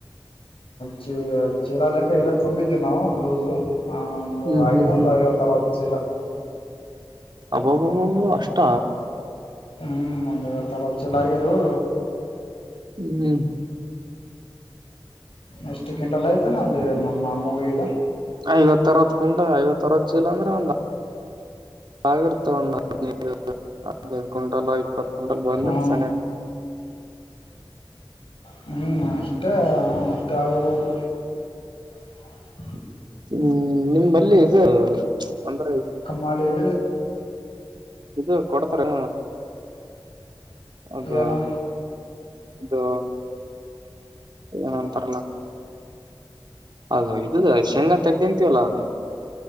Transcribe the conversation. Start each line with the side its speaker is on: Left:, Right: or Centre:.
Left: ಚ ಚಿಲಾ ಲೆಕ್ಕ ಎಲ್ಲ ತುಂಬಿದೀವಿ ನಾವು ಲೂಸು ಒಂದು
Right: ಹ್ಮ್
Left: ಹಾಗೆದ
Right: ಹ್ಮ್
Left: ಒಂದು
Right: ಹ್ಮ್
Left: ಐವತ ಅರವತ್ತು ಚಿಲ
Right: ಅಬ್ಬಬ್ಬಬ್ಬಬ ಅಷ್ಟ
Left: ಹ್ಮ್ ಒಂದ ಐವತ್ತು ಅರವತ್ತು ಚಿಲಹಾಗಿದುಉ
Right: ಹ್ಮ್
Left: ಎಷ್ಟಕ್ಕಿಂಟಲಾಗಿತ್ತು ನಮ್ ಮಾಮವಾಗಿದ್ದು
Right: ಐವತ್ ಅರವತ್ ಕುಂಟಾ ಐವತ್ ಅರವತ್ ಚೀಲ ಅಂದ್ರೆ ಒಂದ ಆಗಿರುತ್ತದೆ ಒಂದು ಅದಿನೈದ ಒಂದು ಇಪತ ಕುಂಟಲ ಕುಂಟಲ್ ಬಂದಿರತ
Left: ಹ್ಞೂ
Right: ಸನೆ
Left: ಹ್ಮ್ ನಷ್ಟ ಹ ನಷ್ಟ ಆಗಬದು <inaudible>
Right: ಹ್ಮ್ ನಿಮಲ್ಲಿ ಇದು ಅಂದ್ರ
Left: ಮಾಡಿದ
Right: ಇದು ಕೊಡ್ತಾರೆ ಅದು
Left: ಏನೋ
Right: ಇದು ಏನಂತಾರಲ್ಲ ಅೌದು ಇದುದು ಶೇಂಗ ತಗಂತೀವಲ್ಲ ಅದು